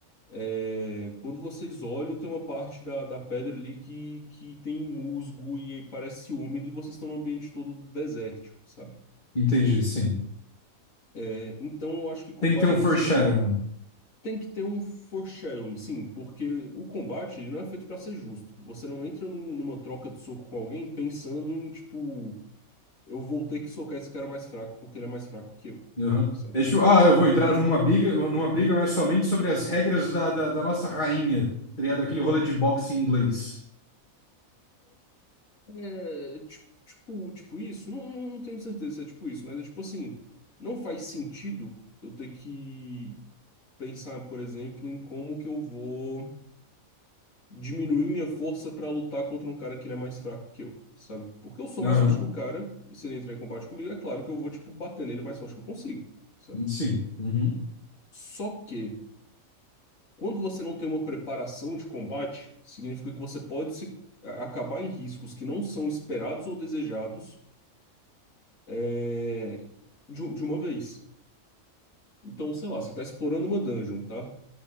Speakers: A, on the left (about 65°); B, on the left (about 35°).
A: É, quando vocês olham, tem uma parte da, da pedra ali que, que tem musgo e parece úmido, e vocês estão num ambiente todo desértico, sabe?
B: Entendi, sim.
A: É, então eu acho que combate
B: Tem que ter um
A: tem
B: foreshadowing.
A: que seguir a mesma. Tem que ter um foreshadowing, sim, porque o combate ele não é feito pra ser justo. Você não entra num- numa troca de soco com alguém pensando em, tipo, eu vou ter que socar esse cara mais fraco porque ele é mais fraco que eu,
B: Uhum.
A: sabe?
B: É tipo, ah, eu vou entrar numa briga, numa briga, mas somente sobre as regras da, da, da nossa rainha, teria aquele rolê de boxe em inglês.
A: É, tipo, tipo, tipo isso? Não, não não tenho certeza se é tipo isso, mas é tipo assim, não faz sentido eu ter que pensar, por exemplo, em como que eu vou diminuir minha força pra lutar contra um cara que ele é mais fraco que eu, sabe? Porque eu sou
B: Aham,
A: mais forte que o cara, e se ele entrar em combate comigo, é claro que eu vou, tipo, bater nele o mais forte que eu consigo, sabe?
B: Sim. Uhum.
A: Só que, quando você não tem uma preparação de combate, significa que você pode se a- acabar em riscos que não são esperados ou desejados é, de, de uma vez. Então, sei lá, você tá explorando uma dungeon, tá?